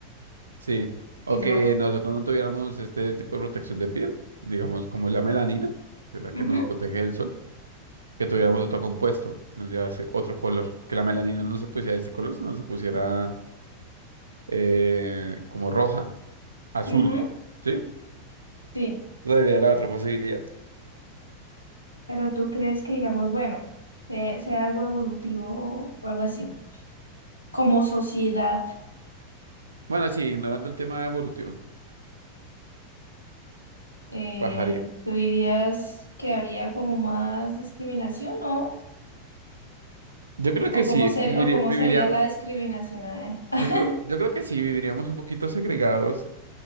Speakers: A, on the right; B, on the left.
A: Sí, o
B: y
A: que
B: se va.
A: nosotros no tuviéramos este tipo de protección de piel, digamos como la melanina, que es la
B: Ujú,
A: que nos protege del sol, que tuviéramos otro compuesto, nos llevase otro color, que la melanina no se pusiera de este color, sino se pusiera eh, como roja, azul,
B: Ujú,
A: ¿sí?
B: sí,
A: Esa sería la otra posibilidad.
B: pero tú crees que digamos, bueno, eh, sea algo evolutivo o algo así. como sociedad,
A: Bueno, sí, ignorando el tema evolutivo,
B: eh,
A: ¿qué pajaría?
B: ¿tú dirías que habría como más discriminación, no?
A: Yo creo
B: ¿O
A: que sí,
B: cómo ser,
A: viviría,
B: o cómo
A: viviría,
B: sería la discriminación? eh? <laughs>
A: yo creo, yo creo que sí, viviríamos un poquito segregados.